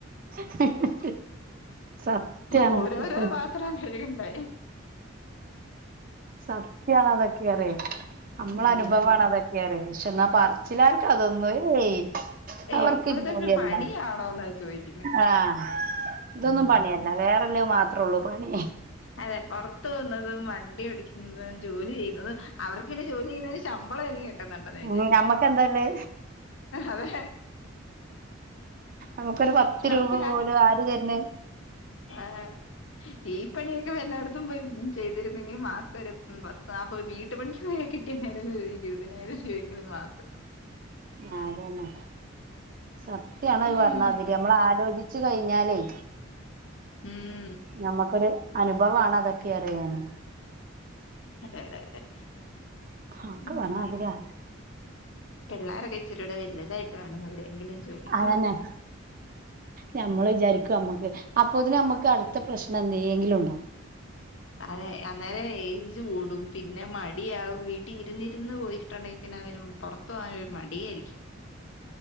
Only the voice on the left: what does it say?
ഓരോരോ പാത്രം കഴുകണ്ടേ
ഉം
ഏയ്
ഇതൊരു
പണിയാണോന്നാ ചോദിക്കുന്നെ
ഉം
അതെ പൊറത്തോ വ്ന്നതും വണ്ടിയോ ടിക്കുന്നതും ജോലി ചെയ്യുന്നതും അവർക്ക് ന്നെ ജോലിയെയ്യുന്നതിന് ശമ്പളന്നെങ്കിലും കി ട്ട്ന്നുണ്ടെന്ന് വിചാരിക്കാം.
അതെ
നമുക്ക്
ലാ
ആഹ് ഈ പണിയൊക്കെ വല്ലേട്ത്തും പോയി ചെയ്തിരുന്നെങ്കി മാസം ഒരു പത്ത്, നാല്പത് പോയി വീട്ടു പണിക്ക് പോയ കി ട്ട് ന്നെരു ഇരുപതിനായിരം രൂപയൊക്കെ ഒരു മാ
ഉം
ഉം
അതെ അതെ അതെ
ഉം
പിള്ളാരൊക്കെ ഇച്ചിരൂടെ വെല്തായിട്ട് വേണം എവിടെയെങ്കിലും ജോലിക്കോവൻ
അതെ അന്നേരം എജ്ജ്‌ കൂടും പിന്നെ മടിയാവും വീട്ടിൽ ഇരുന്നിരുന്ന് പോയിട്ടുണ്ടെങ്കിൽ പിന്നെവരു പുറത്ത് പോകാനരു മടിയായിരിക്കും